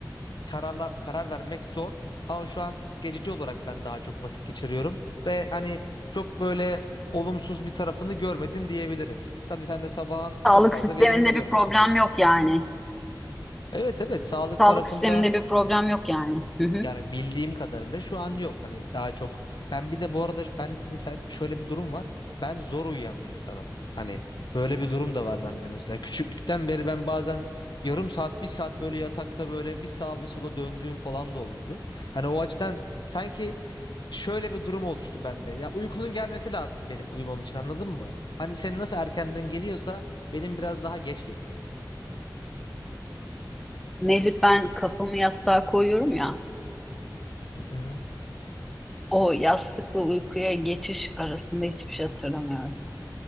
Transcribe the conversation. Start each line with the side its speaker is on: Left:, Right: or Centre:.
Left: Kararla karar vermek zor. Ama şu an geçici olarak ben daha çok vakit geçiriyorum ve hani çok böyle olumsuz bir tarafını görmedim diyebilirim. Tabii sen de sabahın
Centre: Sağlık
Left: çok fazla
Centre: sisteminde
Left: verimini görmüşsündür.
Centre: bir problem yok yani.
Left: Evet evet sağlık
Centre: Sağlık
Left: tarafında
Centre: sisteminde bir problem yok yani. Hı hı.
Left: yani bildiğim kadarıyla şu an yok. Hani daha çok ben bir de bu arada bende de sen şöyle bir durum var. Ben zor uyuyan bir insanım. Hani böyle bir durum da var bende mesela. Küçüklükten beri ben bazen yarım saat, bir saat böyle yatakta böyle bir sağa bir sola döndüğüm falan da olurdu. Hani o açıdan sanki şöyle bir durum oluştu bende. Ya uykunun gelmesi lazım benim uyumam için anladın mı? Hani senin nasıl erkenden geliyorsa benim biraz daha geç geliyor.
Centre: Mevlüt ben kafamı yastığa koyuyorum ya.
Left: Hı hı.
Centre: O yastıkla uykuya geçiş arasında hiçbir şey hatırlamıyorum.